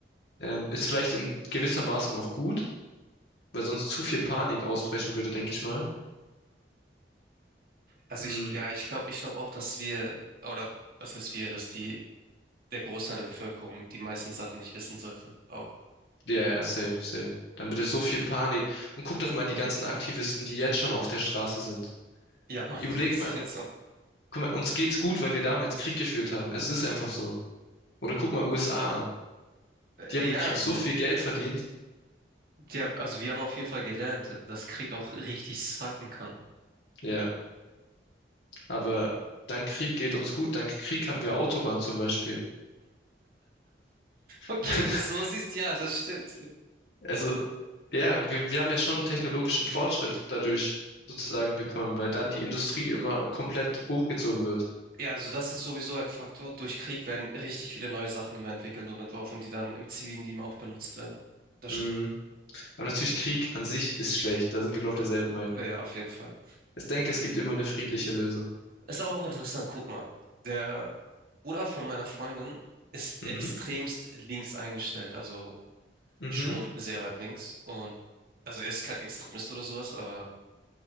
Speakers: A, on the left (about 70°); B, on the right (about 55°).
A: Ähm, ist vielleicht in gewissermaßen auch gut, weil sonst zu viel Panik ausbrechen würde, denke ich mal.
B: Also
A: Hm,
B: ich, ja, ich glaube, ich glaube auch, dass wir, oder was heißt wir, dass die, der Großteil der Bevölkerung die meisten Sachen nicht wissen sollte. Auch.
A: ja, ja, safe, safe. Dann würde so viel Panik. Und guck doch mal die ganzen Aktivisten, die jetzt schon auf der Straße sind.
B: Ja, <laughs> Mann,
A: Überleg
B: das
A: mal,
B: ist jetzt so.
A: guck mal, uns geht's gut, weil wir damals Krieg geführt haben. Es ist einfach so. Oder guck mal USA an.
B: Äh,
A: Die haben
B: Ja,
A: mit Krieg
B: so,
A: so viel Geld verdient.
B: die haben, also wir haben auf jeden Fall gelernt, dass Krieg auch richtig sacken kann. <laughs>
A: Ja, aber dank Krieg geht uns gut. Dank Krieg haben wir Autobahn zum Beispiel.
B: Okay,
A: <laughs>
B: wenn du es so siehst, ja, das stimmt.
A: Also Ja, wir, wir haben ja schon technologischen Fortschritt dadurch sozusagen bekommen, weil dann die Industrie immer komplett hochgezogen wird.
B: Ja, also das ist sowieso ein Faktor. Durch Krieg werden richtig viele neue Sachen immer entwickelt und entworfen, die dann im zivilen Leben auch benutzt werden. Das
A: Mhm.
B: stimmt.
A: Aber natürlich Krieg an sich ist schlecht. Da sind wir, glaube ich, derselben Meinung.
B: Äh, Ja, auf jeden Fall.
A: Ich denke, es gibt immer eine friedliche Lösung.
B: Ist aber auch interessant, guck mal. Der Bruder von meiner Freundin ist
A: Mhm.
B: extremst links eingestellt, also
A: Mhm.
B: schon sehr weit links. Und also er ist kein Extremist oder sowas, aber